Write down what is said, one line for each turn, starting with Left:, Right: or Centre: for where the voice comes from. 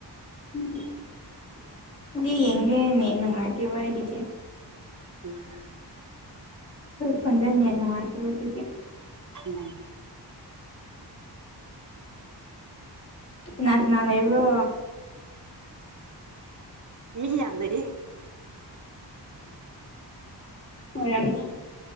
Left: ꯎꯝ ꯑꯗꯨꯗꯤ ꯌꯦꯦ ꯅꯦ ꯅꯨꯉꯥꯏꯇꯦꯕ ꯏꯗꯤ
Right: ꯎꯝ
Left: ꯈꯟꯖꯅꯤ ꯅꯨꯡꯉꯥꯏꯇꯕꯗꯨꯗꯤ
Right: ꯎꯝ
Left: ꯂꯀ ꯅꯥꯟ ꯏꯕ꯭ꯔꯣ
Right: ꯃꯤ ꯌꯥꯗꯌꯦ
Left: ꯍꯣꯏ ꯌꯥꯝꯅ